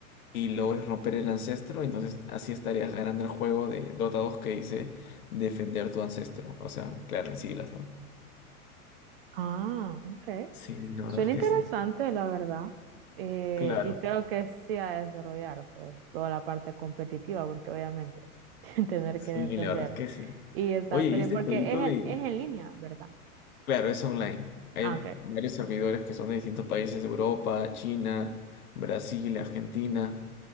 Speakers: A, on the left; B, on the right.
A: y logres romper el ancestro, entonces así estarías ganando el juego de Dota dos que dice defender tu ancestro. O sea, claro, en siglas, ¿no?
B: Ah, ok.
A: Sí, la verdad
B: Suena
A: es que
B: interesante,
A: sí.
B: la verdad. Eh,
A: Claro,
B: y creo que sí a desarrollar, pues, toda la parte competitiva, porque obviamente <laughs> tener
A: sí,
B: que defender
A: la verdad es que sí.
B: y estar
A: Oye, y
B: peleando,
A: este jueguito
B: porque es, en-
A: de...
B: es en línea, ¿verdad?
A: Claro, es online. Hay
B: Ah, ok.
A: varios servidores que son de distintos países, Europa, China, Brasil, Argentina.